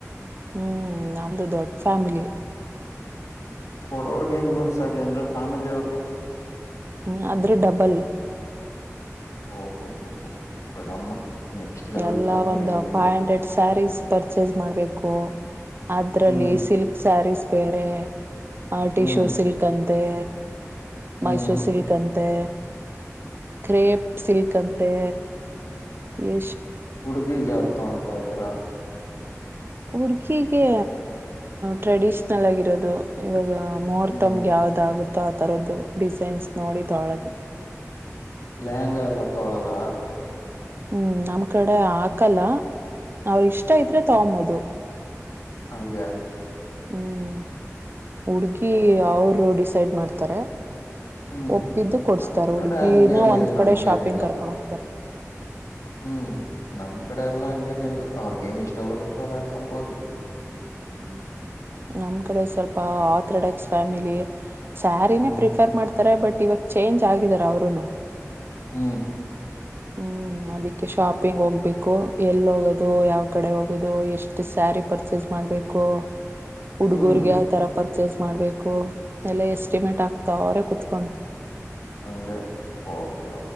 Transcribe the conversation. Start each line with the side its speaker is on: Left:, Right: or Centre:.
Right: ಹ್ಮ್ ನಮ್ದು ದೊಡ್ಡ ಫ್ಯಾಮಿಲಿ
Left: ಕೊಡೋರ್ಗೆ ಇನ್ನೂರ್ ಸಾರಿ ಅಂದ್ರೆ ಫ್ಯಾಮಿಲಿ ಅವ್ರ್ಗೆ
Right: ಹ್ಮ ಆದ್ರು ಡಬಲ್
Left: ಓಹೋ ಓಹೋ ಓ ಬಿಡಮ್ಮ ನೆಕ್ಸ್ಟ್ ಲೆವೆಲ್
Right: ಎಲ್ಲ
Left: ಫ್ಯಾಮಿಲಿ
Right: ಒಂದು
Left: ನಿಮ್ದು
Right: ಫೈವ್ ಹಂಡ್ರೆಡ್ ಸ್ಯಾರೀಸ್ ಪರ್ಚೇಸ್ ಮಾಡ್ಬೇಕು ಅದ್ರಲ್ಲಿ
Left: ಹ್ಮ್
Right: ಸಿಲ್ಕ್ ಸ್ಯಾರೀಸ್ ಬೇರೆ ಆರ್ಟಿಶೋಸಿಲ್
Left: ಹ್ಮ್
Right: ಕಂದ್ ಮತ್ತೇ
Left: ಹ್ಮ್
Right: ಮೈಸೂರು ಸಿಲ್ಕನ್ ಮತ್ತೆ ಕ್ರೇಪ್ ಸಿಲ್ಕ್ ಅಂತೆ ಎ
Left: ಹುಡುಗಿಿಗೆ ಆತ ಅಂತ ಹತೀರಾ
Right: ಹುಡುಗಿಗೆ ಟ್ರೆಡಿಷನಲ್ ಆಗಿರೋದು ಇವಾಗ ಮುಹೂರ್ತಮ್ಗೆ
Left: ಹ್ಮ್
Right: ಯಾವ್ದಗುತ್ತೆ ತರದ್ದು ಡಿಸೈನ್ಸ್ ನೋಡಿ ತೊಗೊಳೋದು
Left: ಲಲೆಹಂಗ ಎಲ್ಲ ತೋಳಲ್ಲ
Right: ಹ್ಮ್ ನಮ್ ಕಡೆ ಹಾಕಲ್ಲ ಅವ್ರ ಇಷ್ಟ ಇದ್ರೆ ತಗೊಂಬೋದು
Left: ಹಗೆ
Right: ಹ್ಮ್ ಹುಡ್ಗಿ
Left: ಓಕೆ
Right: ಅವರು <unintelligible> ಸೈಡ್ ಮಾಡ್ತಾರೆ
Left: ಹ್ಮ್
Right: ಒಪ್ಪಿದ್ದು ಕೊಡ್ಸ್ತಾರ
Left: ನಮ್ ಕಡೆ
Right: ಹುಡ್ಗಿನ
Left: ಹಂಗೇಲಿ
Right: ಒಂದ್
Left: ಇನ್ನು
Right: ಕಡೆ
Left: ಹಂಗೇನಿಲ್ಲಪ್ಪಾ
Right: ಶಾಪಿಂಗ್ ಕರ್ಕೊಂಡ್ ಹೋಗ್ತಾರ
Left: ಹ್ಮ್ ನಮ್ ಕಡೆ ಎಲ್ಲ ಹಂಗೇನ ಇಿಲ್ಲ ಅವ್ರಗೇನ್ ಇಷ್ಟ ಬರುತ್ತೋ ಅದ ಹಾಕೊಬೋದು
Right: ಹ್ಮ ನಮ್ ಕಡೆ ಸ್ವಲ್ಪ ಆತಡಕ್ಸ್ ಫ್ಯಾಮಿಲಿ ಸಾರಿನೇ
Left: ಹ್ಮ್
Right: ಪ್ರಿಫರ್ ಮಾಡ್ತಾರೆ ಬಟ್ ಇವತ್ ಚೇಂಜ್ ಆಗಿದಾರ ಅವರುೂನು
Left: ಹ್ಮ
Right: ಹ್ಮ್ ಮಾಡೇ ಶಾಪಿಂಗ್ ಹೋಗ್ಬೇಕು ಎಲ್ಲಿ ಹೋಗೋದು ಯಾವ ಕಡೆ ಹೋಗೋದು ಎಷ್ಟು ಸ್ಯಾರಿ ಪರ್ಚೇಸ್ ಮಾಡ್ಬೇಕು ಹುಡ್ಗೂರ್ಗೆ
Left: ಹ್ಮ್
Right: ಯಾವ ತರ ಪರ್ಚೇಸ್ ಮಾಡ್ಬೇಕು ಕೇ ಎಲ್ಲಷ್ಟ ಎಸ್ಟಿಮೇಟ್ ಆಗುತ್ತಾವರೆ ಕುೂತ್ಕೊಂಡ್
Left: ಅಂಗೆ ಓಕೆ ಕೆ